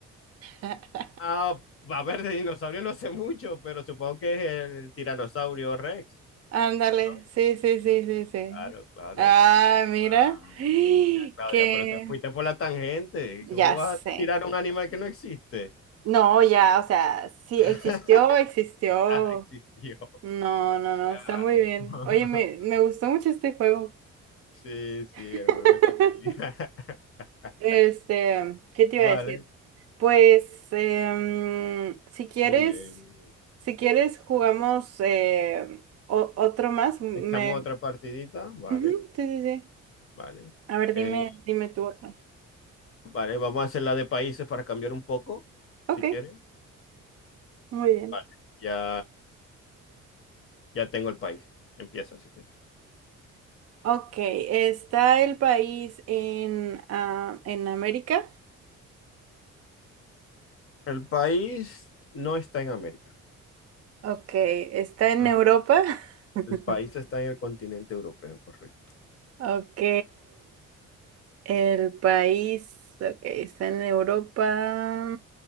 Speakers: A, on the right (about 55°); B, on the left (about 45°).
A: <laughs>
B: Ah, a ver, de dinosaurio no sé mucho, pero supongo que es el tiranosaurio Rex,
A: Ándale,
B: ¿no?
A: sí, sí, sí, sí, sí.
B: Claro, claro,
A: Ah,
B: claro.
A: mira,
B: Madre
A: <gasps>
B: mía, Claudia,
A: que
B: pero te fuiste por la tangente.
A: ya
B: ¿Cómo vas
A: sé.
B: a tirar a un animal que no existe?
A: No, ya, o sea, sí
B: <laughs>
A: existió, existió.
B: Ah, existió.
A: No, no, no,
B: Claro.
A: está muy bien. Oye, me, me
B: <laughs>
A: gustó mucho este juego.
B: Sí, sí,
A: <laughs>
B: el juego está muy bien. <laughs>
A: Este, ¿qué te
B: Vale,
A: iba a decir? Pues, em, si quieres,
B: muy bien. muy bien.
A: si quieres, jugamos em, o- otro más. Me...
B: Echamos otra partidita, vale,
A: Ujú, sí, sí, sí.
B: vale.
A: A ver,
B: Eh,
A: dime, dime tú otro.
B: vale, vamos a hacer la de países para cambiar un poco,
A: Ok,
B: si quieren.
A: muy bien.
B: Vale, ya, ya tengo el país. Empieza si quieres.
A: Ok, ¿está el país en, ah, en América?
B: El país no está en América.
A: Ok, ¿está en
B: Ah,
A: Europa? <laughs>
B: El país está en el continente europeo, correcto.
A: Ok, el país, ok, está en Europa.